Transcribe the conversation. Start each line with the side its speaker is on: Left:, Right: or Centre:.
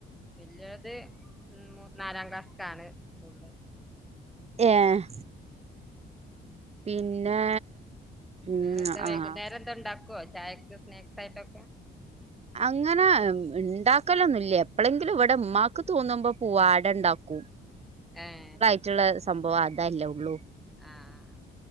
Centre: വല്ല്യോൾത് മൂ നാലാം ക്ലാസ്ക്കാണ് സ്കൂളില്
Right: ഏഹ്
Centre: ഉം <unintelligible> <unintelligible>
Right: പിന്നെ ഉം
Centre: വേറെ എന്താ വേഗും
Right: ആഹ്
Centre: നേരെ എന്താ ണ്ടാക്കുവോ ചായക്കെ സ്നാക്സ് ആയിട്ടൊക്കെ
Right: അങ്ങനെ ണ്ടാക്കലൊന്നുമല്ല എപ്പളെങ്കിലും ഇവിടെ ഉമ്മാക്ക് തോന്നുമ്പോ പൂവാടെണ്ടാക്കും
Centre: ഏഹ്
Right: റ്റുള്ള സംഭവം അതാല്ലേ ഉള്ളൂ
Centre: ആഹ്